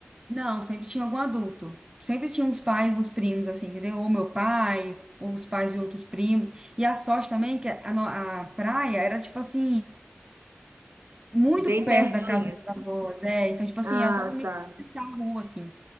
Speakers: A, on the right; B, on the right.
A: não, sempre tinha algum adulto. Sempre tinha os pais dos primos, assim, entendeu? Ou meu pai, ou os pais de outros primos. E a sorte também, é que a, no- a praia era tipo assim. muito
B: Bem
A: perto
B: pertinho.
A: da casa das minhas avós, é. Então, tipo assim,
B: Ah,
A: era só também
B: tá.
A: atravessar a rua, assim.